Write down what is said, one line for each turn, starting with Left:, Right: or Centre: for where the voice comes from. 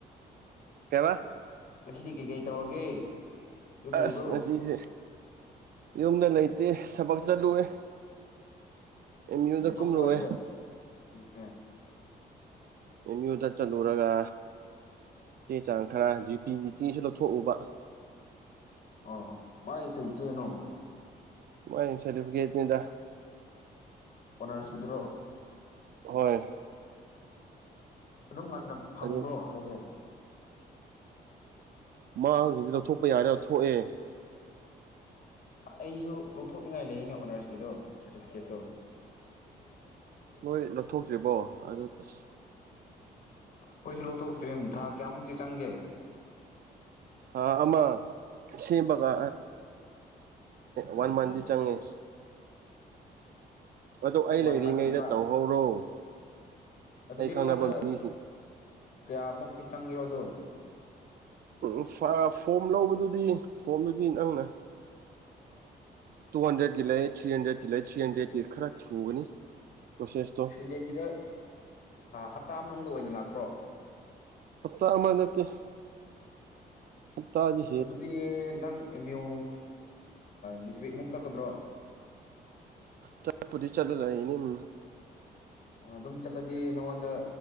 Right: ꯀꯩꯑꯕ
Left: ꯉꯁꯤꯗꯤ ꯀꯩ ꯀꯩ ꯇꯧꯔꯒꯦ ꯌꯨꯝ
Right: ꯑꯁ
Left: ꯂꯩꯕ꯭ꯔꯣ
Right: ꯉꯁꯤꯁꯦ ꯌꯨꯝꯗ ꯂꯩꯇꯦ ꯊꯕꯛ ꯆꯠꯂꯨꯋꯦ ꯑꯦꯝ ꯌꯨꯗ
Left: ꯇꯠꯊꯣꯛꯄ꯭ꯔꯣ
Right: ꯀꯨꯝꯔꯨꯋꯦ
Left: ꯍꯥꯏꯁꯦ ꯑꯣꯀꯦ
Right: ꯑꯦꯝ ꯌꯨꯗ ꯆꯠꯂꯨꯔꯒ ꯆꯦ ꯆꯥꯡ ꯈꯔ ꯖꯤ ꯄꯤꯒꯤ ꯆꯦꯁꯨ ꯂꯧꯊꯣꯛꯎꯕ
Left: ꯑꯣ ꯃꯥꯏ ꯀꯩ ꯆꯦꯅꯣ
Right: ꯃꯥꯏ ꯁꯥꯔꯇꯤꯐꯤꯀꯦꯠꯅꯤꯗ
Left: ꯑꯣꯅꯔꯁꯀꯤꯗꯨꯔꯣ
Right: ꯍꯣꯏ
Left: ꯑꯗꯨꯝ ꯉꯟꯅ ꯐꯪꯕ꯭ꯔꯣ
Right: ꯑꯗꯨ
Left: ꯍꯥꯏꯖꯦ
Right: ꯃꯥꯡꯒꯤꯗꯤ ꯂꯧꯊꯣꯛꯄ ꯌꯥꯔꯦ ꯂꯧꯊꯣꯛꯑꯦ
Left: ꯑꯩꯁꯨ ꯂꯧꯊꯣꯛꯅꯤꯡꯉꯥꯏ ꯂꯩꯌꯦꯅꯦ ꯑꯣꯅꯔꯁꯀꯤꯗꯣ ꯁꯥꯔꯇꯤꯐꯤꯀꯦꯠꯇꯣ ꯂꯧꯁꯤꯟꯕ ꯉꯝꯗꯕ
Right: ꯅꯣꯏ ꯂꯧꯊꯣꯛꯇ꯭ꯔꯤꯕꯣ ꯑꯗꯨ ꯇꯁ
Left: ꯑꯈꯣꯏꯖꯨ ꯂꯧꯊꯣꯛꯇ꯭ꯔꯤ ꯊꯥ ꯀꯌꯥꯃꯨꯛꯇꯤ ꯆꯪꯒꯦ
Right: ꯍꯥ ꯑꯃ ꯁꯦꯝꯕꯒ ꯋꯥꯟ ꯃꯟꯗꯤ ꯆꯪꯉꯦ ꯑꯗꯣ ꯑꯩ
Left: ꯋꯥꯟ
Right: ꯂꯩꯔꯤꯉꯩꯗ
Left: ꯃꯟꯒꯨꯝꯕ
Right: ꯇꯧꯍꯧꯔꯣ
Left: ꯑꯗꯨꯗꯤ
Right: ꯑꯩ
Left: ꯅꯉꯣꯟꯗ
Right: ꯈꯪꯅꯕ ꯃꯤꯁꯤꯡ
Left: ꯀꯌꯥꯃꯨꯛꯇꯤ ꯆꯪꯈꯤꯔꯣꯗꯣ
Right: ꯎꯝ ꯐꯣꯝ ꯂꯧꯕꯗꯨꯗꯤ ꯐꯣꯝꯗꯨꯗꯤ ꯅꯪꯅ ꯇꯨ ꯍꯟꯗ꯭ꯔꯦꯗꯀꯤ ꯂꯩ ꯊ꯭ꯔꯤ ꯍꯟꯗ꯭ꯔꯦꯗꯀꯤ ꯂꯩ ꯊ꯭ꯔꯤ ꯍꯟꯗ꯭ꯔꯦꯗꯀꯤ ꯈꯔ ꯊꯨꯒꯅꯤ ꯄꯁꯦꯁꯇ
Left: ꯊ꯭ꯔꯤꯗꯦꯛꯀꯤꯗ ꯍꯞꯇꯥ ꯃꯅꯨꯡꯗ ꯑꯣꯏꯅ ꯂꯥꯛꯄ꯭ꯔꯣ
Right: ꯐꯠꯇ ꯑꯃ ꯅꯠꯇꯦ ꯍ ꯇꯖꯤ
Left: ꯑꯗꯨꯗꯤ ꯅꯪ ꯑꯦꯝ ꯌꯨ ꯗꯤꯁꯇ꯭ꯔꯤꯛꯃꯨꯛ ꯆꯠꯀꯗ꯭ꯔꯣ
Right: ꯇ ꯄꯨ ꯆꯂꯨꯗꯅꯤ ꯎꯝ
Left: ꯑꯣ ꯑꯗꯨꯝ ꯆꯠꯂꯗꯤ ꯅꯪꯉꯣꯟꯗ